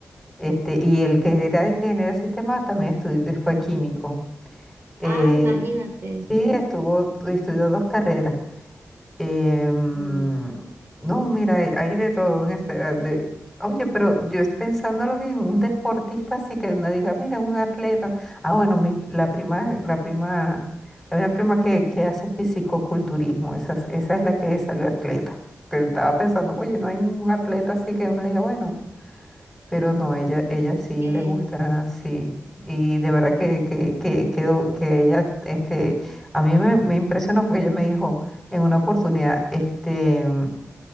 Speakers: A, in the centre; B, on the right.
A: este, y el que era ingeniero de sistemas también estu- eh, fue químico. Eh,
B: Ah, ah, imagínate.
A: sí, estuvo, estudió dos carreras. Em,
B: Mm,
A: no, mira, hay, hay de todo en este. eh, De, oye, pero yo es- pensándolo bien, un deportista así que uno diga, mira, un atleta. Ah, bueno, mi, la prima, la prima, hay una prima que, que hace fisicoculturismo, esa, es- esa es la que salió atleta. Que estaba pensando, oye, no hay ningún atleta así que uno diga, bueno. Pero no, ella,
B: ah,
A: ella
B: ok.
A: sí le gusta, sí. Y de verdad que, que, que, quedó, que ella, este, a mí me, me impresionó porque ella me dijo en una oportunidad, este,